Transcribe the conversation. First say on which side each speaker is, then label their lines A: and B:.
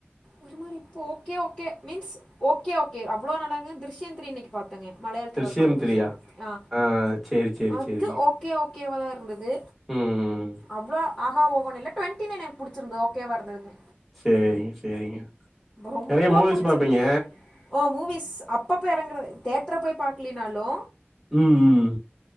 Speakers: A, on the left; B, in the centre.
A: ஒரு மாரி இப்போ okay okay means okay okay அவ்ளோ நல்லாக த்ரிஷ்யந்த்ரி இன்னிக்கு பா த்தங்க மலையாளத்ல
B: திருஷ்யம்
A: ஒரு படோ த்ரிஷ்யம்
B: த்ரீயா
A: அ
B: ஆ சேரி சேரி
A: அது
B: சேரி
A: ஓகே ஓகேவா தாருந்தது
B: ம்
A: அவ்ளோ ஆஹா ஓஹோணுல்ல ட்வென்ட்டி நைன் எனக் புடிச்சிருந்தது ஓகேவா இருந்ததுங்க
B: சேரிங்க சேரிங்க
A: ரொம்ப
B: நெறைய மூவிஸ்
A: பிடிச்ச
B: பாப்பீங்க
A: ஓ மூவிஸ் அப்பப்ப எறங்கறது தேட்ர போய் பாக்லீனாலு
B: ம் ம் ம்